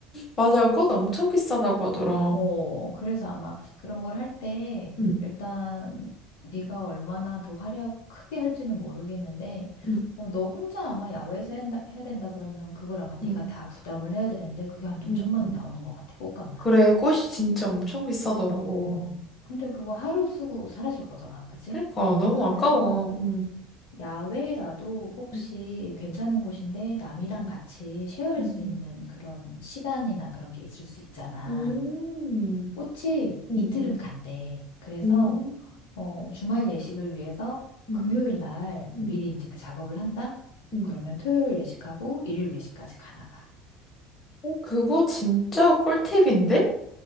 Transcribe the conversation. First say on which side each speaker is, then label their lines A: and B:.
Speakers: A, on the left (about 30°); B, on the left (about 65°).
A: 맞아, 꽃 엄청 비싸다고 하더라.
B: 어, 그래서 아마 그런 걸 할 때
A: 응,
B: 일단 네가 얼마나 더 화려하고 크게 할지는 모르겠는데
A: 응,
B: 어, 너 혼자 아마 야외에서 한다- 해야 된다 그러면 그걸 아마
A: 응,
B: 네가 다 부담을 해야 되는데 그게 한 돈
A: 응.
B: 천만
A: 응.
B: 원 나오는 것 같아, 꽃값만.
A: 그래, 꽃이 진짜 엄청 비싸더라고.
B: 어, 근데 그거 하루 쓰고 사라질 거잖아, 그치?
A: 그러니까 너무
B: 그래서
A: 아까워. 응,
B: 야외라도 혹시
A: 응,
B: 괜찮은 곳인데 남이랑
A: 응,
B: 같이 쉐어할
A: 응,
B: 수 있는 그런 시간이나 그런 게 있을 수 있잖아.
A: 응. 음,
B: 꽃이
A: 응,
B: 이틀은
A: 응,
B: 간대. 그래서
A: 음,
B: 어, 주말 예식을 위해서
A: 응,
B: 금요일 날
A: 응,
B: 미리 이제 그 작업을 한다?
A: 응.
B: 그러면 토요일 예식하고 일요일 예식까지 가나 봐.
A: 어, 그거 진짜 꿀팁인데?